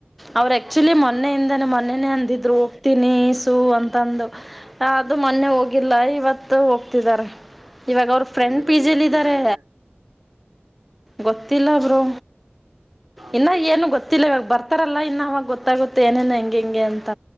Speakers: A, in the centre; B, on the right (about 65°).
A: ಅವ್ರ ಆಕ್ಚುಲಿ ಮನೆಯಿಂದ
B: ಹಾ
A: ಮನೆೆನೆೇ ಅಂದಿದ್ದ ಹೋಗ್ತೀನಿ ಸು ಅಂತಂದು ಅದು ಮೊನ್ನೆ ಹೋಗಿಲ್ಲ ಇವತ್ತು ಹೋಗ್ತಿದ್ದಾರೆ ಇವಾಗ ಅವ್ರ ಫ್ರೆಂಡ್
B: ಎದರಲ್ಲಿ
A: ಪಿ ಜಿಲಿ
B: ಹೋಗ್ತಿದ್ದಾರೆ
A: ಇದಾರೆ ಗೊತ್ತಿಲ್ಲ ಬರುೋ
B: ಹೌದು
A: ಇನ್ನ ಏನು ಗೊತ್ತಿಲ್ಲ ಇವಾಗ ಬರ್ತ ಆತ್ತರಲ್ಲ ಇನ್ನು ಅವವಾಗ ಗೊತ್ತಾಗುತ್ತೆ ಏನೇನು ಹೆಂ ಹೆಂಗೆ ಅಂತ